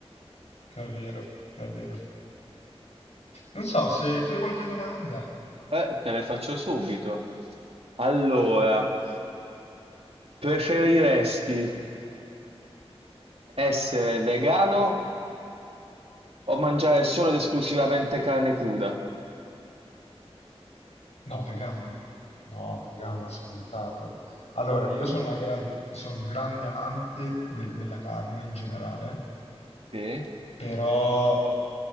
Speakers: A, on the left; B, on the right.
A: è vero, è vero. Non so, se tu hai qualche domanda.
B: Eh, te le faccio subito. Allora, preferiresti essere vegano o mangiare solo ed esclusivamente carne cruda?
A: No, vegano. No, vegano, scontato. Allora, io sono, una gran- sono un grande amante del- della carne in generale,
B: Sì,
A: però,